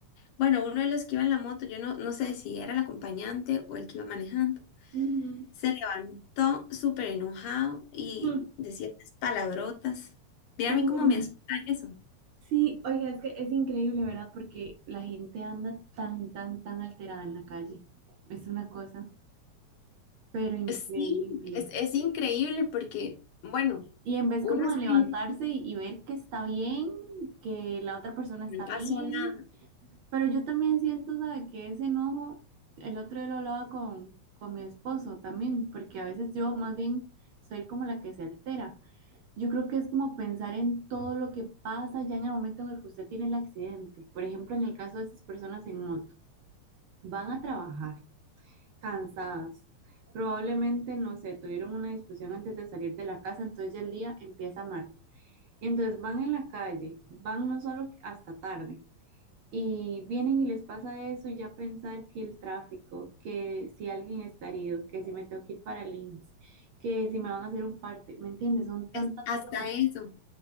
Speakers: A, on the left; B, on the right.
A: bueno, uno de los que iba en la moto, yo no, no sé si era el acompañante o el que iba manejando,
B: Ujú.
A: se levantó súper enojado y
B: Mm.
A: decía esas palabrotas. Mira
B: Uy.
A: a mí cómo me asusta eso.
B: Sí, oiga, es que es increíble, ¿verdad? Porque la gente anda tan, tan, tan alterada en la calle. Es una cosa, pero increíble.
A: Sí, es, es increíble porque, bueno,
B: Y en vez
A: uno
B: como
A: es
B: de levantarse
A: que
B: y, y ver que está bien, que la otra persona está
A: no pasó
B: bien,
A: nada,
B: Pero yo también siento, ¿sabe? Que ese enojo, el otro día lo hablaba con, con mi esposo también, porque a veces yo más bien soy como la que se altera. Yo creo que es como pensar en todo lo que pasa ya en el momento en el que usted tiene el accidente. Por ejemplo, en el caso de esas personas en moto, van a trabajar cansadas. Probablemente, no sé, tuvieron una discusión antes de salir de la casa, entonces ya el día empieza mal. Entonces van en la calle, van no solo hasta tarde y vienen y les pasa eso y ya pensar que el tráfico, que si alguien está herido, que si me tengo que ir para el IMSS, que si me van a hacer un parte, ¿me entiendes? Son tantas
A: es- hasta
B: cosas.
A: eso.